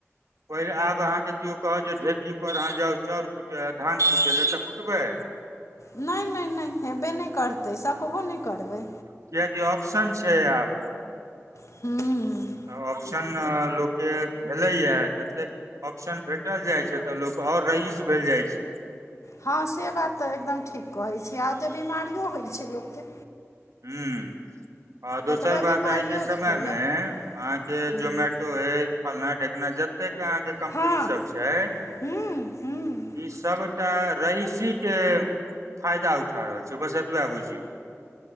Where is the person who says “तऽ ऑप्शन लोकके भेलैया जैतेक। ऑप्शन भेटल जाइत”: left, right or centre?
Right